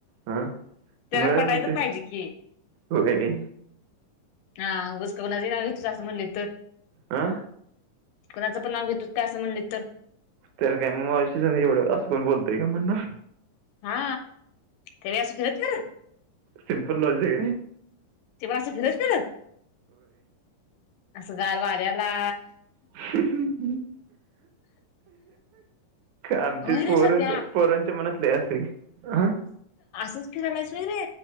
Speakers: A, on the right; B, on the left.
A: आ आ
B: त्याला
A: मलाच
B: पटायचं
A: म्हणते?
B: पाहिजे की
A: व्हय
B: हा उगच कुणाचं नाव घेतलं असं म्हणलं तर?
A: हा
B: कोणाचं पण नाव घेतलं का असं म्हणले तर
A: तरला काय मग माशी संधी एवढं असं कोण बोलतय का म्हणण
B: हा ते असस फिरत ना
A: सिंपल लोज का
B: तेव्हा असं फिरच फत असं गार वाऱ्याला
A: ह् आमची
B: व्हय रे
A: पोर
B: सत्या
A: पोरांच्या मनातले असते की ह
B: तु फि झाला अससग रे